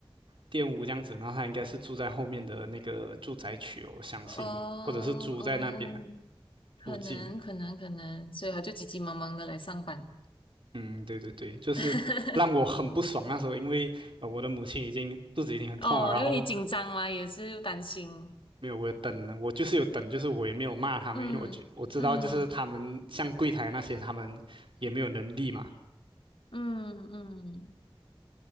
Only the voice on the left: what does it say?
哦
哦，可能可能可能，
所以他就急急忙忙的来上班，
<laughs>
哦，
因为你紧张嘛，也是又担心，
嗯嗯
嗯嗯